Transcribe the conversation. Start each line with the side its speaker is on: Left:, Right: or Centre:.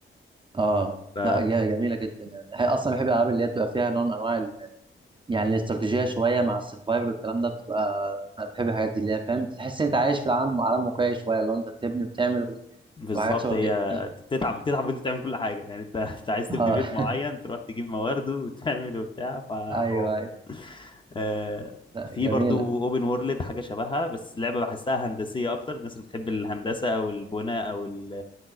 Right: اه
Left: ف
Right: لا جا- جميله جدا يعني هي اصلا بحب الالعاب اللي هي بتبقى فيها نوع من انواع ال... يعني الاستراتيجيه شويه مع السرفايفل والكلام ده بتبقى انا بحب الحاجات دي اللي هي فاهم تحس انت عايش في العالم عالم واقعي شويه اللي هو انت بتبني وبتعمل و-
Left: بالظبط
Right: وحاجات شبه
Left: هي
Right: كده <laughs>
Left: انت بتتعب بتتعب وانت بتعمل كل حاجه يعني انت <laughs> انت عايز
Right: اه
Left: تبني بيت معين تروح تجيب موارده وتعمل وبتاع فحوار
Right: ايوه ايوه
Left: آه،
Right: لا
Left: في
Right: جميله
Left: برضو اوبن وورلد حاجه شبهها بس لعبه بحسها هندسيه اكتر الناس اللي بتحب الهندسه او البناء او ال